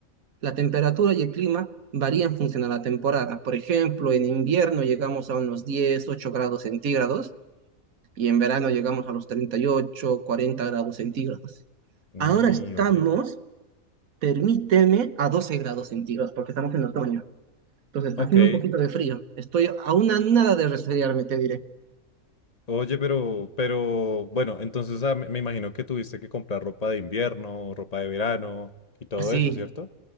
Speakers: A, on the right; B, on the left.
A: la temperatura y el clima varían en función a la temporada. Por ejemplo, en invierno llegamos a unos diez ocho grados centígrados, y en verano llegamos a los treinta y ocho cuarenta grados centígrados.
B: Uy,
A: Ahora estamos
B: oye.
A: permíteme a 12 grados centígrados, porque estamos en otoño. Entonces está
B: Ok.
A: haciendo un poquito de frío. Estoy a una nada de resfriarme, te diré.
B: Oye, pero, pero bueno, entonces ah, me me imagino que tuviste que comprar ropa de invierno, ropa de verano y todo
A: Sí,
B: eso, ¿cierto?